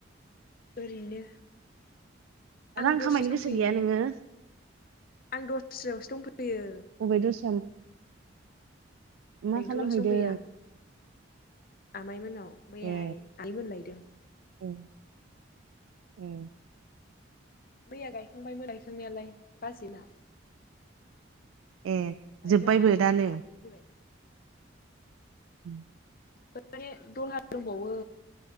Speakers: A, on the left; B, on the right.
A: ओरैनो आं
B: रां
A: दस्रायावसो
B: खामायनो
A: दंफैयो
B: गोसो गैया
A: नै
B: नोङो?
A: आं दस्रायावसो दंफैयो।
B: अबे दस्रा मा
A: बेंथलावसो
B: खालामहैदों
A: दंफैयो आं आमाइमोननाव मैया
B: ए
A: आइ नैमोन लायदों
B: ए ए
A: मैया गायखांबायमोन गायखांनायालाय बाजै ना
B: ए जोब्बायबो
A: मोना मोना
B: दानो
A: फैबाय
B: उ
A: माने दलहाार दंबावो